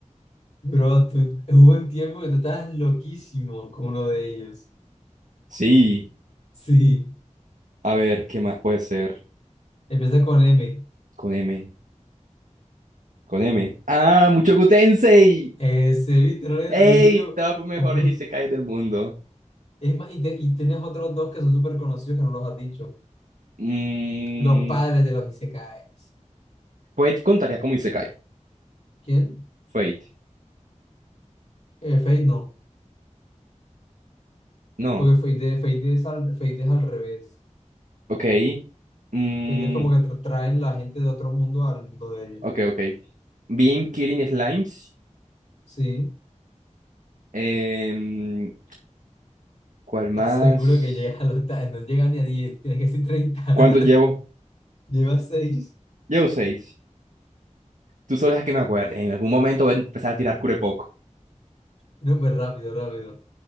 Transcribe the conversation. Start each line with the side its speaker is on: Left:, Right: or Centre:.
Left: Bro, tú- hubo un tiempo que tú estabas loquísimo con uno de ellos.
Right: Sí.
Left: Sí,
Right: A ver, ¿qué más puede ser?
Left: empieza con M.
Right: Con M. Con M. ¡Ah! ¡Muchoku Tensei!
Left: Ese, viste, no le
Right: ¡Ey!
Left: dije yo.
Right: Top mejores
Left: como
Right: isekais del mundo.
Left: Es más, y, te- y tienes otros dos que son súper conocidos que no los has dicho.
Right: Mm,
Left: Los padres de los Isekai.
Right: Fate contaría como isekai.
Left: ¿Quién?
Right: Fate.
Left: Eh, Fate, no.
Right: No.
Left: Porque Fate, Fate es al, Fate es al revés.
Right: Ok. Mm,
Left: Fate es como que tra- traen la gente de otro mundo al mundo de ellos.
Right: ok, ok. Being Killing Slimes.
Left: Sí.
Right: em, ¿Cuál más?
Left: ¿Estás seguro que llegas a los... ta- No llega ni a diez tienes que ser treinta
Right: ¿Cuántos llevo?
Left: <laughs> Llevas seis
Right: Llevo seis. Tú solo dejas que me acuerde. En algún momento voy a empezar a tirar curepoco.
Left: No, pues rápido, rápido.